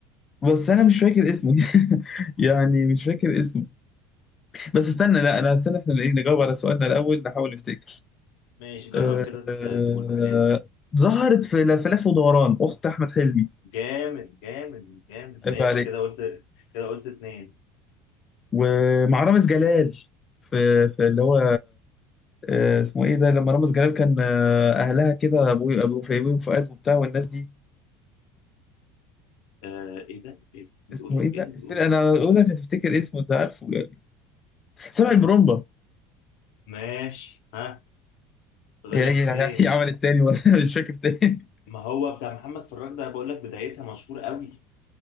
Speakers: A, on the left; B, on the left.
A: بس انا مش فاكر اسمه <laughs> يعني مش فاكر اسمه بس استنى لا انا استنى احنا ايه نجاوب على سؤالنا الاول نحاول نفتكر
B: ماشي جرب
A: آه،
B: كده
A: آه،
B: ت- تقول حاجة
A: ظهرت في لفلف ودوران اخت احمد حلمي
B: جامد جامد جامد
A: عيب
B: ماشي
A: عليك
B: كده قلت كده قلت اتنين
A: ومع رامز جلال في, في اللي هو آه، اسمه ايه ده لما رامز جلال كان آه، اهلها كده ابو ابو فيبي وفؤاد وبتاع والناس دي
B: آه ايه ده؟ ايه ده؟ بتقول
A: اسمه
B: ايه؟
A: ايه ده
B: ايه ده
A: الفيلم
B: بتقول إيه؟
A: انا اقول لك هتفتكر اسمه انت عارفه يعني سبع المرمبة
B: ماشي ها فاضل
A: هي
B: لك
A: هي
B: اتنين
A: هي عملت تاني ولا <laughs> مش فاكر تاني
B: ما هو بتاع محمد فراج ده بقول لك بدايتها مشهورة قوي